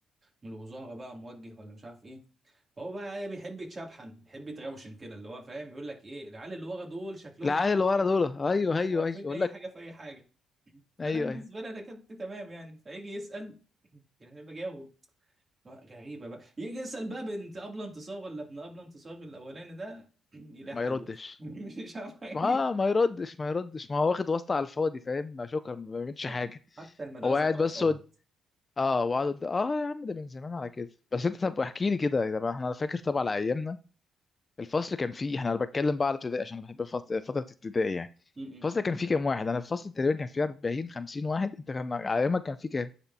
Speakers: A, on the right; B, on the left.
A: من الوزاره بقى موجه ولا مش عارف ايه فهو بقى ايه بيحب يتشبحن بيحب يتروشن كده اللي هو فاهم يقول لك ايه العيال اللي ورا دول شكلهم
B: العيال
A: مش
B: اللي ورا دول ايوه
A: مش
B: ايوه
A: عارفين
B: ايوه اقول
A: اي
B: لك
A: حاجه في اي حاجه
B: ايوه
A: فانا بالنسبه
B: ايوه
A: لي انا كنت تمام يعني فيجي يسال <clears throat> يعني انا بجاوب لا، غريبه بقى يجي يسال بقى بنت ابله انتصار ولا ابن ابله انتصار الاولاني ده <clears throat> يلاقي
B: ما
A: حلوف
B: يردش
A: <laughs> مش عارف حاجه.
B: ما ما يردش ما يردش ما هو واخد واسطة على الفاضي فاهم شكرا ما بيعملش
A: لا،
B: حاجة
A: حتى المدرسه
B: هو قاعد
A: فيها وسايط
B: بس قد... اه وقعد قد... اه يا عم ده من زمان على كده بس انت طب احكي لي كده طب احنا فاكر طبعا على ايامنا الفصل كان فيه احنا انا بتكلم بقى على ابتدائي عشان انا بحب فص- فترة ابتدائي يعني
A: م-م.
B: الفصل كان فيه كام واحد انا في الفصل تقريبا كان فيه 40 50 واحد انت كان على ايامك كان فيه كام